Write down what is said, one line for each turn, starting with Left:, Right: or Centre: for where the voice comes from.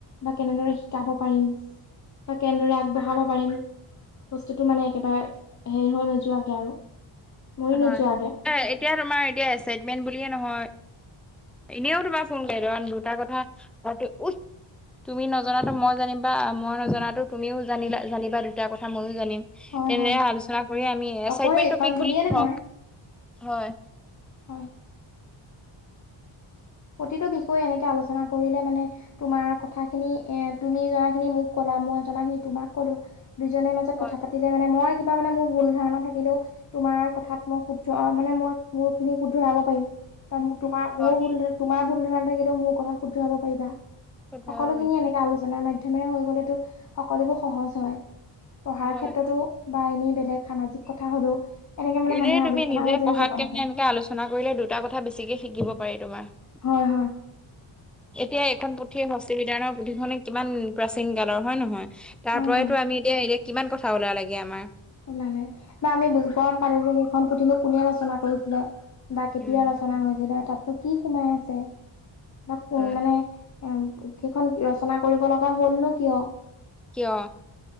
Left: বা কেনেদৰে শিকাব পাৰিম বা কেনেদৰে আগবঢ়াব পাৰিম বস্তুটো মানে একেবাৰে হেৰি হৈ নোযোৱাকে আৰু মৰি
Centre: হয়
Left: নোযোৱাকে
Centre: এতিয়া তোমাৰ এতিয়া এচাইনমেন্ট বুলিয়ে নহয় এনেও তোমাৰ ফোন কৰি দুটা কথা পাতি উচ তুমি নজনাতো মই জানিম বা মই নজনাতো তুমিও জানিলা জানিবা দুটা কথা ময়ো জানিম
Left: হয়
Centre: তেনে
Left: হয়
Centre: আলোচনা কৰি আমি একচাইটমেন্ট
Left: অকল এইখন
Centre: টো পিক বুলি
Left: বুলিয়ে
Centre: ধৰক
Left: নহয়
Centre: হয়
Left: হয় প্ৰতিটো বিষয়ে এনেকে আলোচনা কৰিলে মানে তোমাৰ কথা খিনি এ তুমি জনা খিনি মোক ক'লা মই জনা খিনি তোমাক কলো দুইজনে ম জত
Centre: হয়
Left: কথা পাতিলে মানে মই কিবা মানে মোৰ ভুল ধাৰণা থাকিলেও তোমাৰ কথাত মই শুদ্ধ মানে মই মোৰ খিনি শুধৰাব পাৰিম বা তোমাৰ মোৰ
Centre: হয়
Left: ভ তোমাৰ ভুল ধাৰণা থাকিলেও মোৰ কথাত শুদ্ধ হব পাৰিবা
Centre: কথাও
Left: সকলোখিনি এনেকে আলোচনাৰ মাধ্যমেৰে হৈ গলেতো সকলোবোৰ সহজ হয় পঢ়াৰ
Centre: হয়
Left: ক্ষেত্ৰতো বা এনেই বেলেগ সামাজিক কথা হলেও এনেকে মানে
Centre: এনেই
Left: মানুহে
Centre: তুমি
Left: আলোচনাৰ
Centre: নিজে
Left: মাজেৰে
Centre: পঢ়াতকে
Left: যাব লাগে
Centre: মানে এনেকে আলোচনা কৰিলে দুটা কথা বেছিকে শিকিব পাৰি তোমাৰ
Left: হয় হয়
Centre: <inaudible> এতিয়া এখন পুথি হস্তি বিজ্ঞানৰ পুথিখনে কিমান প্ৰাচীন কালৰ হয় নহয় তাৰপৰাইতো
Left: হয় হয়
Centre: আমি এতিয়া এতিয়া কিমান কথা ওলাল লেগে আমাৰ
Left: ওলালে ন আমি গম পালো যে সেইখন পুথিনো কোনে ৰচনা কৰিছিলে বা কেতিয়া
Centre: উম
Left: ৰচনা হৈছিলে বা তাতনো কি সোমাই আছে বা
Centre: হয়।
Left: মানে এ সেইখন ৰচনা কৰিব লগা হ'লনো কিয়
Centre: কিয়